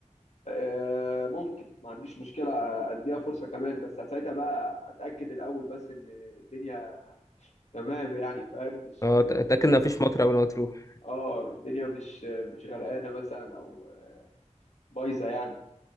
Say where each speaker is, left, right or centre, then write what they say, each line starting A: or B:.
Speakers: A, on the left (about 65°); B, on the left (about 25°).
A: آه، ممكن ما عنديش مشكلة آه، اديها فرصة كمان بس ساعتها بقى اتاكد الاول بس ان الدنيا تمام يعني فاهم مش
B: اه ت- اتاكد ان مفيش مطر قبل ما تروح
A: اه الدنيا مش مش غرقانة مثلا او بايظة يعني